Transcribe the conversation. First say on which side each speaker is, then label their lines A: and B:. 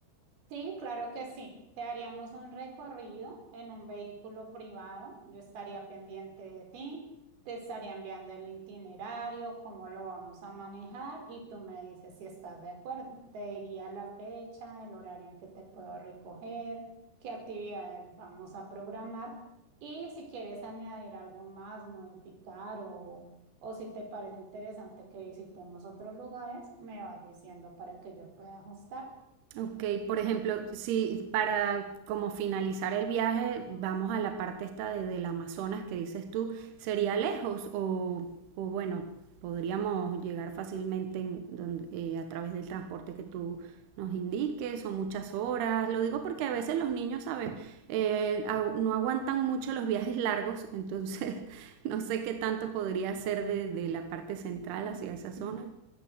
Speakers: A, on the right; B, on the right.
A: Sí, claro que sí. Te haríamos un recorrido en un vehículo privado. Yo estaría pendiente de ti, te estaría enviando el itinerario, cómo lo vamos a manejar y tú me dices si estás de acuerdo. Te diría la fecha, el horario en que te puedo recoger, qué actividades vamos a programar y si quieres añadir algo más, modificar o, o si te parece interesante que visitemos otros lugares, me vas diciendo para que yo pueda ajustar.
B: Ok, por ejemplo, si para como finalizar el viaje vamos a la parte esta de, del Amazonas que dices tú, ¿sería lejos o, o bueno, podríamos llegar fácilmente en donde- eh, a través del transporte que tú nos indiques? Son muchas horas. Lo digo porque a veces los niños, ¿sabes? Eh, agu- no aguantan mucho los viajes largos, entonces <laughs> no sé qué tanto podría ser de, de la parte central
A: <laughs>
B: hacia esa zona.